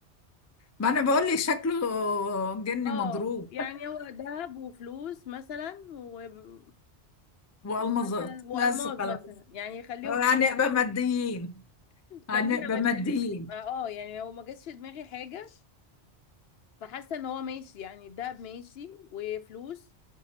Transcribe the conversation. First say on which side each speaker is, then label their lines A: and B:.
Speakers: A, on the left; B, on the left.
A: ما أنا بقول لك شكله جن
B: اه
A: مضروب
B: يعني هو ذهب وفلوس مثلا و-
A: وألمظات
B: ومثلا والماس
A: بس
B: مثلا
A: خلاص
B: يعني يخليهم
A: آه،
B: حاجات
A: هنبقى ماديين هنبقى
B: خلينا ماديين
A: ماديين
B: اه يعني هو ما جاتش في دماغي حاجه فحاسه ان هو ماشي يعني الذهب ماشي وفلوس